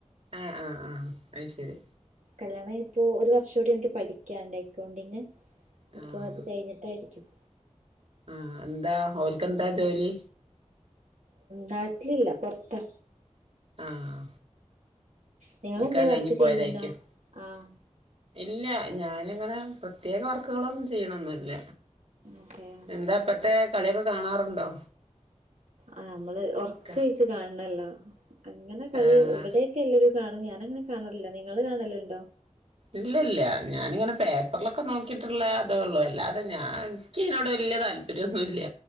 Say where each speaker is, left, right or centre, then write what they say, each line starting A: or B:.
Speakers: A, on the right; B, on the right.
A: ആഹ് ആഹ് ആഹ് അത് ശരി
B: കല്യാണം ഇപ്പോ ഒരു വർഷം കൂടി എനിക്ക് പഠിക്കാനൊണ്ട് അക്കൗണ്ടിങ്ങ്
A: ആഹ്
B: അപ്പോ അത് കഴിഞ്ഞിട്ടായിരിക്കും
A: ആഹ് എന്താ ഓൽക്കെന്താ ജോലി
B: നാട്ടിലില്ല പുറത്താ
A: ആഹ്
B: നിങ്ങളെന്തെ
A: നിക്കാഹ്
B: വർക്ക്
A: കഴിഞ്ഞ് പോയതായിരിക്കും
B: ചെയ്യുന്നുണ്ടോ ആഹ്
A: ഇല്ല ഞാനിങ്ങനെ പ്രത്യേക വർക്കുകളൊന്നും ചെയ്യണൊന്നുംഇല്ല
B: അതെ
A: എന്താ ഇപ്പത്തെ കളിയൊക്കെ കാണാറുണ്ടോ
B: ആഹ് നമ്മള് ഉറക്കം
A: ക
B: ഒഴിച്ച് കാണണല്ലോ അങ്ങനെ കളി
A: ആഹ്
B: ഇവിടെ ബാക്കി എല്ലാരും കാണും ഞാനങ്ങനെ കാണലില്ല നിങ്ങള് കാണലുണ്ടോ
A: ഇല്ല ഇല്ല ഞാനിങ്ങനെ പേപ്പറിലൊക്കെ നോക്കിയിട്ടുള്ള അതേള്ളൂ അല്ലാതെ ഞാൻ എനിക്ക് ഇതിനോട് വലിയ താല്പര്യമൊന്നുമില്ല